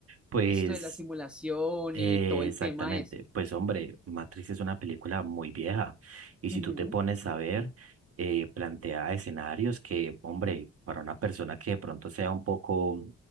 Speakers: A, on the right (about 50°); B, in the centre.
A: Pues
B: Esto de la simulación
A: Eh,
B: y todo el
A: exactamente.
B: tema ese.
A: Pues hombre, Matrix es una película muy vieja y si
B: Ujú,
A: tú te pones a ver, eh, plantea escenarios que, hombre, para una persona que de pronto sea un poco,